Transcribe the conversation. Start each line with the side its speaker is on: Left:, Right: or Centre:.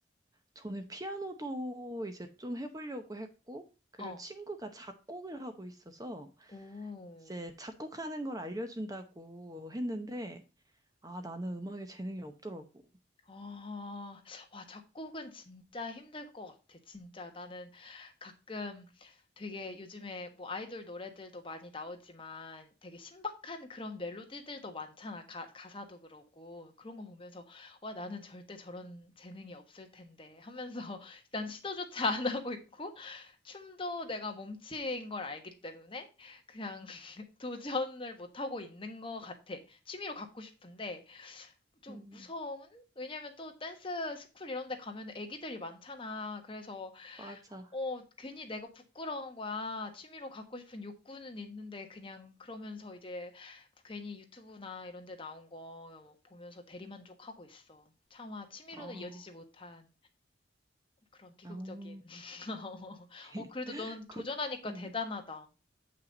Right: 저는 피아노도 이제 좀 해보려고 했고, 그리고
Left: 어.
Right: 친구가 작곡을 하고 있어서,
Left: 오,
Right: 이제 작곡하는 걸 알려준다고 했는데, 아, 나는 음악에 재능이 없더라고.
Left: 아, 와, 작곡은 진짜 힘들 것 같아. 진짜 나는 가끔 되게 요즘에 뭐 아이돌 노래들도 많이 나오지만 되게 신박한 그런 멜로디들도 많잖아. 가, 가사도 그러고. 그런 거 보면서 와, 나는 절대 저런 재능이 없을 텐데 하면서 <laughs> 난 시도조차 안 하고 있고 춤도 내가 몸치인 걸 알기 때문에 그냥 <laughs> 도전을 못하고 있는 것 같아. 취미로 갖고 싶은데 좀
Right: 음,
Left: 무서운? 왜냐면 또 댄스 스쿨 이런 데 가면 애기들이 많잖아. 그래서
Right: 맞아.
Left: 어, 괜히 내가 부끄러운 거야. 취미로 갖고 싶은 욕구는 있는데 그냥 그러면서 이제 괜히 유튜브나 이런 데 나온 거 보면서 대리만족하고 있어. 차마 취미로는
Right: 어,
Left: 이어지지 못한. 그런 비극적인.
Right: 어.
Left: <laughs>
Right: <laughs>
Left: 어 그래도 너는
Right: 그,
Left: 도전하니까
Right: 음.
Left: 대단하다.